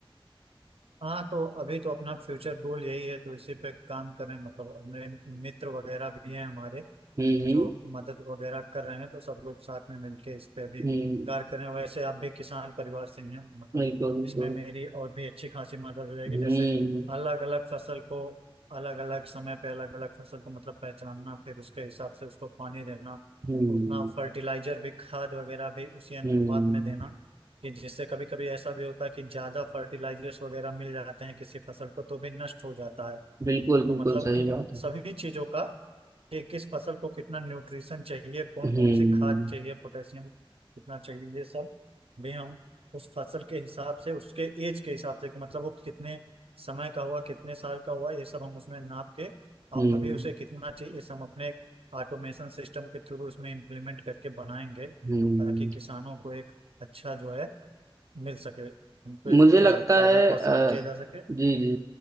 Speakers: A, on the right; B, on the right.
A: हाँ तो अभी तो अपना फ्यूचर गोल यही है तो इसी पे काम करें मतलब अपने मित्र वगैरह भी हैं हमारे
B: हम्म हम्म
A: जो मदद वगैरह कर रहे हैं तो सब लोग साथ में मिलके इस पे अभी
B: हम्म
A: कार्य कर रहे हैं वैसे आप भी किसान परिवार से ही हैं मतलब
B: बिल्कुल बिल्कुल
A: इसमें मेरी और भी अच्छी खासी मदद हो जाएगी
B: हम्म
A: जैसे अलग अलग फसल को अलग अलग समय पे अलग अलग फसल को मतलब पहचानना फिर उसके हिसाब से उसको पानी देना
B: हम्म
A: उतना फर्टिलाइजर भी खाद वगैरह भी उसी अनुपात
B: हम्म
A: में देना कि जिससे कभी कभी ऐसा भी होता है कि ज्यादा फर्टिलाइजर्स वगैरह मिल जाते हैं किसी फसल को तो भी नष्ट हो जाता है
B: बिल्कुल
A: तो
B: बिल्कुल
A: मतलब
B: सही
A: इन
B: बात
A: सभी
B: है
A: चीजों का कि किस फसल को कितना न्यूट्रिशन चाहिए कौन
B: हम्म
A: कौन सी खाद चाहिए पोटेशियम कितना चाहिए ये सब भी हम उस फसल के हिसाब से उसके एज के हिसाब से कि मतलब वो कितने समय का हुआ कितने साल का हुआ ये सब हम उसमें नाप के और
B: हम्म
A: अभी उसे कितना चाहिए ये सब हम अपने ऑटोमेशन सिस्टम के थ्रू उसमें इम्प्लीमेंट करके बनाएंगे
B: हम्म
A: ताकि किसानों को एक अच्छा जो है मिल सके उनके
B: मुझे लगता
A: कार्यों
B: है
A: को आसान
B: अ,
A: किया जा सके
B: जी जी